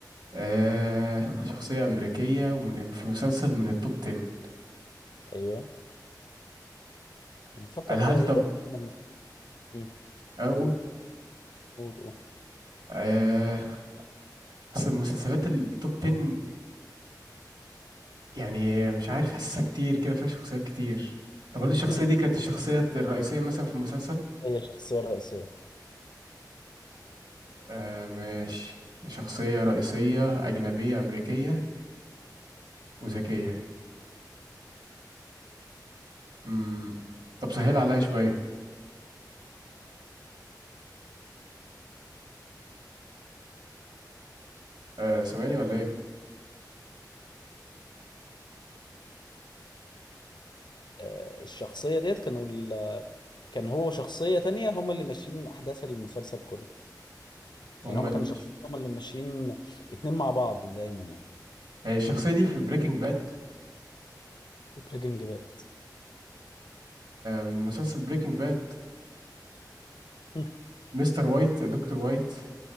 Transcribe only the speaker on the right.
آه شخصية أمريكية ومن في مسلسل من التوب 10
هل
هل
طب
أقول
آه بس المسلسلات التوب 10 يعني مش عارف حاسسها كتير كده فيها شخصيات كتير طب هل
الشخصية دي كانت الشخصية الرئيسية مثلا في المسلسل؟
آه ماشي شخصية رئيسية أجنبية أمريكية وذكية مم. طب سهل عليها شوية آه سامعني ولا إيه؟
هما
اللي
مش
هي الشخصية دي في بريكنج باد
مسلسل بريكنج باد
مستر وايت دكتور وايت